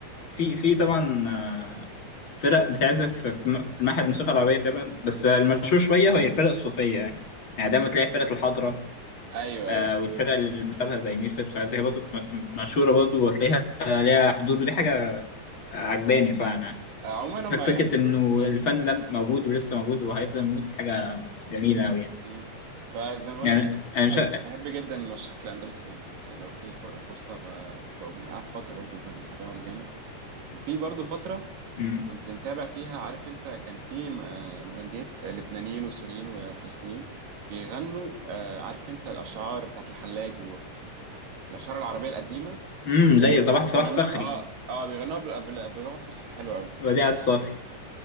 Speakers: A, on the left (about 40°); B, on the right (about 90°).
A: في في طبعا آه فرق بتعزف في م- في المعهد الموسيقى العربية طبعا بس آه، المشهور شوية هي الفرق الصوفية يعني يعني دايما تلاقي فرقة الحضرة
B: أيوه
A: آه
B: أيوه
A: والفرق المشابهة زي نيو ستيبس وحاجات زي برضه م- مشهورة برضه وتلاقيها آه، ليها حضور ودي حاجة عجباني صراحة أنا
B: آه، عموما هم
A: فك- فكرة
B: يعني
A: إنه الفن ده موجود ولسه موجود وهيفضل موجود حاجة جميلة أوي يعني
B: مم. فزي ما بقول
A: يعني
B: لك كده،
A: أنا
B: بحب
A: مش
B: بحب جدا المرشحات الأندلسي يعني يعني لو في ف- فرصة ب- بقوم قعدت فترة برضو ب- متابعهم جامد وفي برضو فترة
A: امم
B: كنت متابع فيها عارف أنت كان في م- آه، مغنيين لبنانيين وسوريين وفلسطينيين بيغنوا آه، عارف أنت الأشعار بتاعت الحلاج والأشعار العربية القديمة
A: أمم، زي
B: كانوا
A: صباح
B: بي-
A: صباح
B: بيغنوا
A: فخري
B: اه اه بيغنوا بل- بل- بلغة فصحى حلوة أوي
A: وديع الصافي